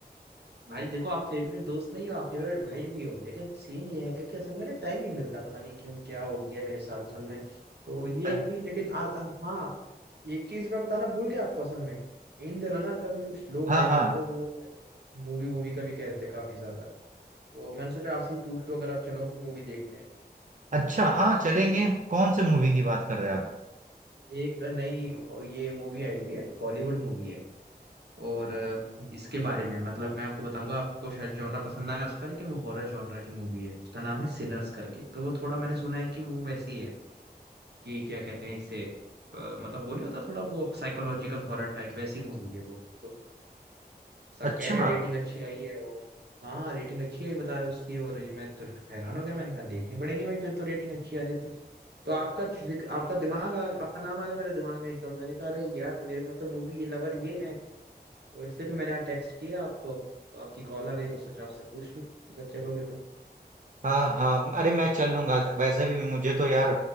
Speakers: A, on the right; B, on the right.
A: भाई देखो आप फेवरेट दोस्त नहीं हो आप फेवरेट भाई भी हो लेकिन सीन ये है कि असल में ना टाइम नहीं मिलता पता नहीं क्यों क्या हो गया मेरे साथ असल में तो ये
B: अ-
A: है कि लेकिन आ, आ, हाँ एक चीज मैं बताना भूल गया आपको असल में इन दिनों ना असल में कुछ लोग
B: हाँ
A: आए हुए
B: हाँ
A: थे तो वो क्या कहते हैं मूवी वूवी का भी कह रहे थे काफी ज्यादा तो मैंने सोचा आपसे ही पूछ लो अगर आप चलो मूवी देखने
B: अच्छा हाँ चलेंगे कौन से मूवी की बात कर रहे हैं आप
A: एक नई हो- ये मूवी आई हुई है हॉलीवुड मूवी है और अ, इसके बारे में है। मतलब मैं आपको बताऊंगा आपको शायद जॉनरा पसंद ना आया उसका लेकिन वो हॉरर जॉनरा की मूवी है उसका नाम है सिनर्स करके तो वो थोड़ा मैंने सुना है कि वो वैसी है कि क्या कहते हैं इसे अ, मतलब वो नहीं होता थोड़ा वो साइकोलॉजिकल हॉरर टाइप वैसी मूवी है वो तो सब
B: अच्छा
A: कह रहे हैं रेटिंग अच्छी आई है और हाँ रेटिंग अच्छी आई बता रहे हो उसकी और ये मैं तो हैरान हो गया मैंने कहा देखनी पड़ेगी भाई फिर तो रेटिंग अच्छी आ रही है तो तो आपका फिजिक- आपका दिमाग आ, आपका नाम आ गया मेरे दिमाग में एकदम मैंने कहा अरे यार मेरे साथ तो मूवी ये लवर ये है तो इसलिए फिर मैंने टेक्स्ट किया आपको आपकी कॉल आ गई तो सोचा आपसे पूछ लूं अगर चलोगे तो
B: हाँ हाँ अरे मैं चल लूंगा वैसे भी मुझे तो यार